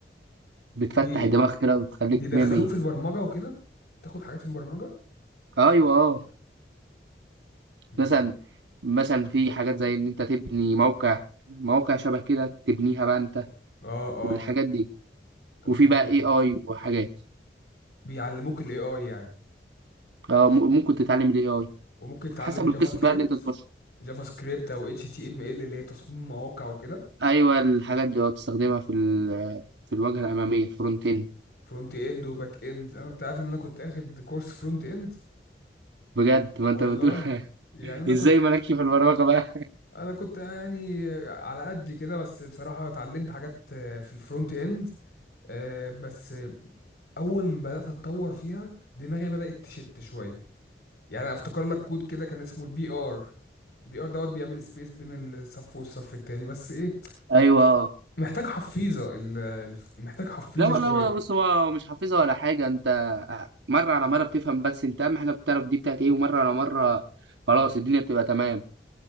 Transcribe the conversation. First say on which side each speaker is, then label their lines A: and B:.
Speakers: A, on the right; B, on the left.
A: بتفتح
B: بي...
A: الدماغ كده وتخليك
B: بيدخلوك
A: 100 100
B: في البرمجة وكده تاخد حاجات في البرمجة
A: ايوه اه
B: مم.
A: مثلا مثلا في حاجات زي ان انت تبني موقع مواقع شبه كده تبنيها بقى انت
B: اه اه
A: والحاجات دي
B: طب
A: وفي
B: ده حلو
A: بقى
B: قوي
A: اي اي وحاجات
B: بيعلموك الاي اي يعني
A: آه، م- ممكن تتعلم الاي اي
B: وممكن تتعلم
A: حسب
B: جافا
A: القسم
B: سكريبت
A: بقى اللي انت تخشه
B: جافا سكريبت او اتش تي ام ال اللي هي تصميم مواقع وكده
A: ايوه الحاجات دي اه تستخدمها في ال- في الواجهه الاماميه الفرونت اند
B: فرونت اند وباك اند انا انت عارف ان انا كنت اخد كورس فرونت اند
A: بجد ما
B: والله
A: انت بتقول <laughs>
B: يعني انا
A: ازاي
B: كنت
A: مالكش في البرمجه بقى
B: انا كنت يعني على قد كده بس بصراحة اتعلمت حاجات آه، في الفرونت اند آه، بس اول ما بدات اتطور فيها دماغي بدات تشت شويه يعني أنا افتكر لك كود كده كان اسمه البي ار البي ار دوت بيعمل سبيس بين الصف والصف التاني بس ايه
A: ايوه اه
B: محتاج حفيظه ال- ال- محتاج حفيظه
A: لا لا
B: شويه
A: بص هو مش حافظها ولا حاجه انت مره على مره بتفهم بس انت اهم حاجه بتعرف دي بتاعت ايه ومره على مره خلاص الدنيا بتبقى تمام